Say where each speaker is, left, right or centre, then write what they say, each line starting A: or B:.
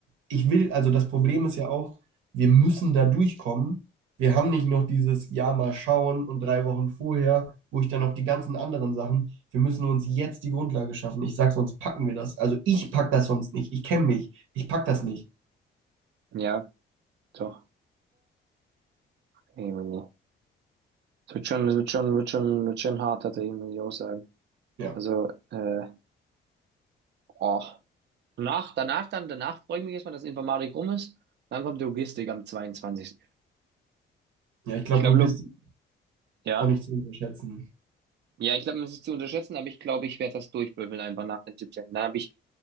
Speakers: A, on the right (about 80°); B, on the right (about 60°).
A: ich will, also das Problem ist ja auch, wir müssen da durchkommen. Wir haben nicht noch dieses Ja, mal schauen und drei Wochen vorher, wo ich dann noch die ganzen anderen Sachen. Wir müssen uns jetzt die Grundlage schaffen. Ich sag, sonst packen wir das. Also ich pack das sonst nicht. Ich kenne mich. Ich pack das nicht.
B: ja, doch, irgendwie. Es wird schon, es wird schon, wird schon, wird schon hart, tatsächlich, muss ich auch sagen.
A: Ja.
B: Also, äh, oh. Nach, danach dann, danach freue ich mich erstmal, dass Informatik rum ist. Dann kommt Logistik am 22.
A: Ja, ich glaube,
B: Ich glaube,
A: Logistik
B: Log
A: ist
B: ja.
A: auch nicht zu unterschätzen.
B: Ja, ich glaube, das ist zu unterschätzen, aber ich glaube, ich werde das durchbüffeln einfach nach dem 17. Dann habe ich